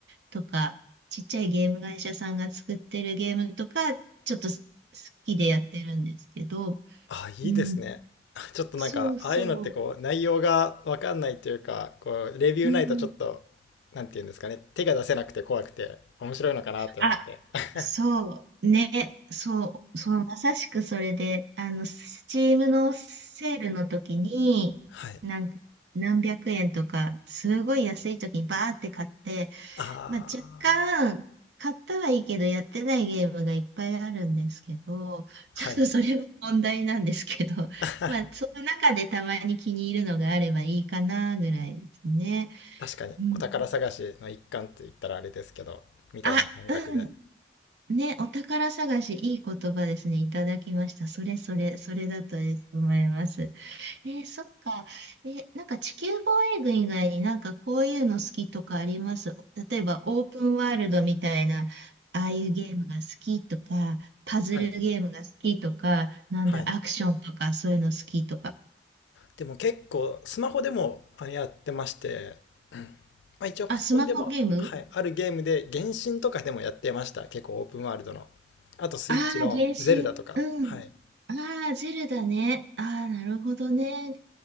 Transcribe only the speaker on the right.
とか、ちっちゃいゲーム会社さんが作ってるゲームとか、ちょっと好きでやってるんですけど、
うん、
そうそう。
うん。
あ、
そう、ね、そう、そう、まさしくそれで、あの、スチームのセールの時に、
なんか、何百円とか、すごい安い時にバーって買って、
まあ、若干、買ったはいいけど、やってないゲームがいっぱいあるんですけど、<laughs>
ちょっとそれも問題なんですけど、<laughs>
まあ、その中でたまに気に入るのがあればいいかな、ぐらいですね。
うん。
あ、うん。ね、お宝探し、いい言葉ですね。いただきました。それそれ、それだと思います。えーそっか。えーなんか地球防衛軍以外になんかこういうの好きとかあります例えばオープンワールドみたいな、ああいうゲームが好きとか、パズルゲームが好きとか、
なんだろう、
アクションとか、そういうの好きとか。
あ、スマホゲーム
ああー、原神。うん。
ああ、ゼルダね。ああ、なるほどね。